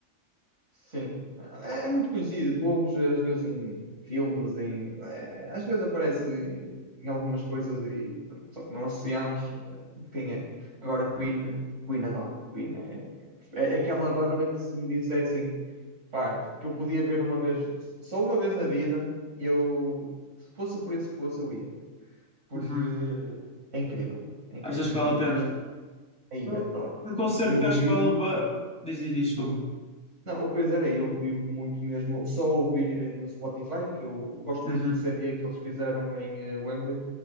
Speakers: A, on the right (about 60°); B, in the centre.
A: Sim, é, é muito conhecido. Tu ouves às vezes em filmes, em, é, às vezes aparece em algumas coisas e pronto, só que não associamos eh, de quem é. Agora Queen, Queen adoro. Queen é, é aquela banda que se me dissessem, pá, que eu podia ver uma vez, só uma vez na vida, eu se fosse o preço que fosse, eu ia, porque
B: Uhum.
A: é incrível, é incrível.
B: Achas que
A: Não-
B: vale
A: não
B: a pena?
A: sei. Aí
B: Um
A: adoro,
B: um concerto
A: adoro. Eu
B: que eu acho
A: vivo
B: que vale. ba- Diz, diz, diz, desculpa.
A: Não, o que eu ia dizer é, eu vibro muito mesmo, só ouvir no Spotify, que eu gosto
B: Uhum.
A: muito do CD que eles fizeram em eh, Wembley,